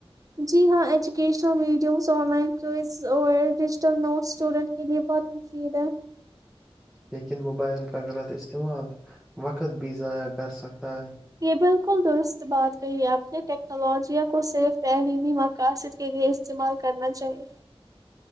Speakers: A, on the right (about 35°); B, in the centre.
A: جی ہاں educational videos online courses اور ڈیجیٹل نوٹس اسٹوڈنٹ کے لیے بہت مفید ہے
B: لیکن موبائل کا غلط استعمال وقت بھی ضائع کر سکتا ہے
A: یہ بالکل درست بات کہی ہے آپ نے ٹیکنالوجیا کو صرف تعلیمی مقاصد کے لیے استعمال کرنا چاہیے